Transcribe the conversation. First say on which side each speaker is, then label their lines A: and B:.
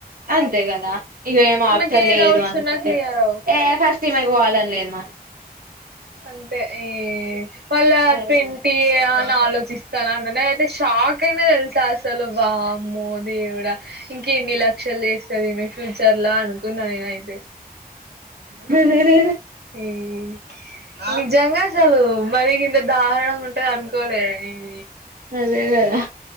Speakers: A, on the right (about 65°); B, on the right (about 85°).
A: అంతే కదా ఇగ ఏం
B: ఆమెకి
A: ఆప్షన్
B: ఏ
A: లేదు
B: డౌట్స్
A: అనుకుంటే
B: ఉన్నా క్లియర్ అవు
A: ఏ ఫస్ట్ తీమైక్ పోవాలన్ లేన్ మాయ్
B: అంతే ఈ వాళ్ళ
A: సరే
B: ట్వంటి యే అన్ ఆలోచిస్తల ఆ నేనైతే షాక్ అయినా తెల్ స అసలు వామ్మో దేవుడా ఇంకేన్ని లక్షలు జేస్తాదిమే ఫ్యూచర్ లా అనుకున్నా నేను అయితే
A: హి హి
B: ఈ ఈ నిజంగసలు మరి గింత దార్ ణంగా ఉంటదద్ అనుకోలే ఈ
A: అదే కద అహ్